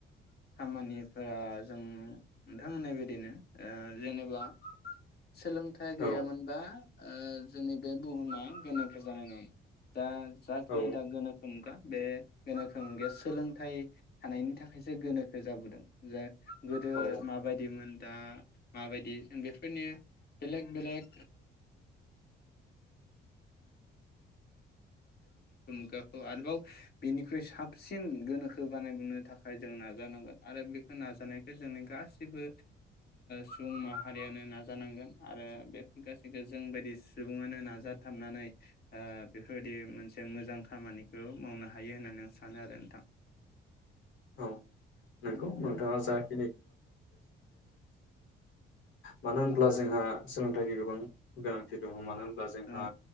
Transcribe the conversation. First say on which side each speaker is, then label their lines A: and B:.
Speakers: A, on the left (about 50°); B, on the left (about 75°).
A: खामानिफोरा जों नोंथां होननाय बदिनो जेनेबा सोलोंथाइ गैयामोनबा
B: औ
A: जोंनि बे बुहुमा गोनांथार
B: औ
A: <unintelligible> <unintelligible> <unintelligible> बे <unintelligible> सोलोंथाइ थानायनि थाखायसो गोनोखो जाबोदों। <unintelligible>
B: औ
A: <unintelligible> माबायदिमोन दा माबायदि जों बेफोरनि बेलेग बेलेग खुगाखौ आरोबाव बिनिख्रुइ साबसिन गोनोखो बानायबोननो थाखाय जों नाजानांगोन आरो बेखौ नाजानायख जोंनि गासिबो सुबुं माहारियानो नाजानांगोन आरो बेफोर गासैखौ जोंबायदि सुबुङानो नाजाथाबनानै बेफोरबायदि मोनसे मोजां खामानिखौ मावनो हायो होननानै आं सानो आरो नोंथां
B: औ नोंगौ
A: उम
B: नोंथाङा जाय <unintelligible> मानो होनब्ला जोंहा सोलोंथाइनि गोबां गोनांथि दङ मानो होन अब्ला जोंहा
A: औ